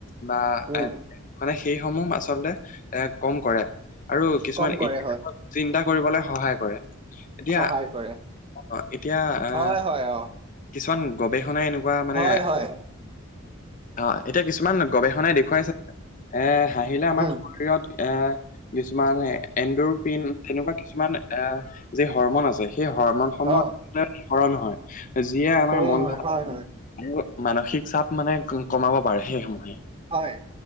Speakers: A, on the left (about 35°); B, on the right (about 25°).
A: বা
B: উম,
A: এ মানে সেইসমূহ আচলতে এ কম কৰে। আৰু কিছুমান
B: কম কৰে
A: ই
B: হয়,
A: চিন্তা কৰিবলৈ সহায় কৰে। এতিয়া
B: সহায় কৰে।
A: অ', এতিয়া আহ
B: হয়, হয়, অ',
A: কিছুমান গৱেষণাই এনেকুৱা মানে
B: হয়, হয়,
A: অ', এতিয়া কিছুমান গৱেষণাই দেখুৱাইছে এ হাঁহিলে আমাৰ
B: উম,
A: শৰীৰত এ কিছুমান এডপিন তেনেকুৱা কিছুমান এ য হ'ৰমন আছে সেই হ'ৰমন সময়
B: অ',
A: ৰণ হয় যিয়ে আমাৰ
B: সৰল
A: মন
B: হয়,
A: ভাল
B: হয়, হয়,
A: মোৰ মানসিক চাপ মানে কমাব পাৰে সেইসমূহে
B: হয়।